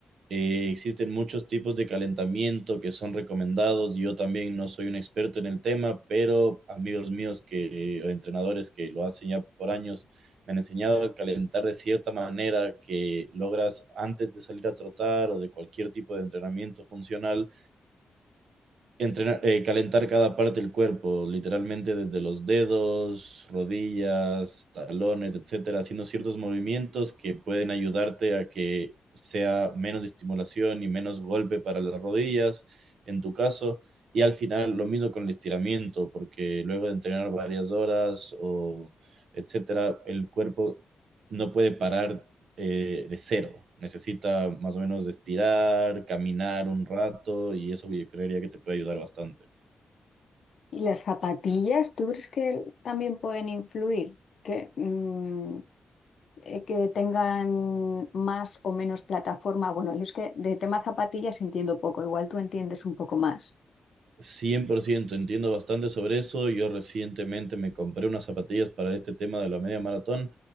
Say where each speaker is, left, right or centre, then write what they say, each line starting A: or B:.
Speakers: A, on the right; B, on the left.
A: Eh, existen muchos tipos de calentamiento que son recomendados. Yo también no soy un experto en el tema, pero amigos míos que, o entrenadores que lo hacen ya por años me han enseñado a calentar de cierta manera que logras antes de salir a trotar o de cualquier tipo de entrenamiento funcional Entrenar, eh, calentar cada parte del cuerpo, literalmente desde los dedos, rodillas, talones, etcétera, haciendo ciertos movimientos que pueden ayudarte a que sea menos estimulación y menos golpe para las rodillas, en tu caso. Y al final lo mismo con el estiramiento, porque luego de entrenar varias horas o etcétera, el cuerpo no puede parar eh, de cero. Necesita más o menos estirar, caminar un rato y eso yo creería que te puede ayudar bastante.
B: ¿Y las zapatillas, tú crees que también pueden influir? Que, mm, eh, que tengan más o menos plataforma. Bueno, yo es que de tema zapatillas entiendo poco, igual tú entiendes un poco más.
A: cien por ciento entiendo bastante sobre eso. Yo recientemente me compré unas zapatillas para este tema de la media maratón,